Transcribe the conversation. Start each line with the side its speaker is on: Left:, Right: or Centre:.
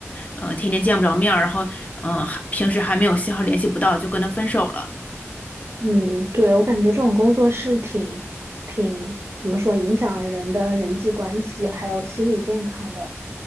Left: 嗯天天见不着面儿，然后嗯、呃还平时还没有信号联系不到，就跟他分手了。
Right: 嗯，对，我感觉这种工作是挺挺怎么说，影响人的人际关系还有心理健康的。